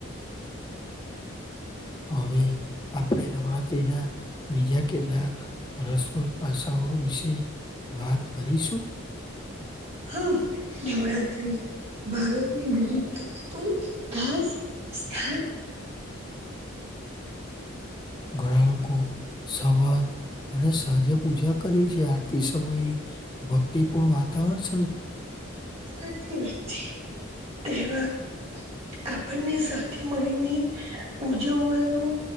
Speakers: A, on the left; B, on the right.
A: હવે. આપણે નવરાત્રી ના બીજા કેટલાક રસપ્રદ પાસાઓ વિશે વાત કરીશું.
B: હા! નવરાત્રી ભારતની વિવીઘતા માં પણ ખાસ સ્થાન.
A: ઘણા લોકો સવાર અને સાજે પૂજા કરે છે. આરતી સમયે ભક્તિપૂર્ણ વાતાવરણ સ
B: સાચી વાત છે. તહેવાર આપણને સાથે મળીને ઉજવવાનો